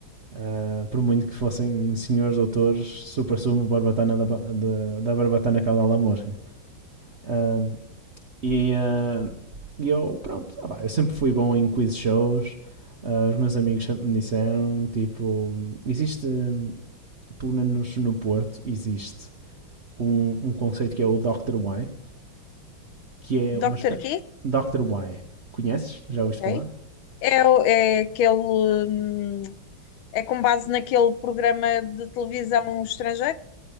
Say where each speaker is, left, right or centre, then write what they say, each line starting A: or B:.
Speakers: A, on the right; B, on the left.
A: ah, por muito que fossem senhores doutores, super sumo, barbatana da, da, da barbatana caudal da mosca. Ah, e, ah, eu, pronto, ah pá, eu sempre fui bom em quiz shows. Ah, os meus amigos sempre me disseram: tipo, existe, hum, pelo menos no Porto, existe um, um conceito que é o Dr. Y, que é uma
B: Doctor
A: espécie.
B: quê?
A: Dr. Y, conheces? Já
B: Ok.
A: ouviste falar?
B: É, o- é aquele, hum, é com base naquele programa de televisão estrangeiro?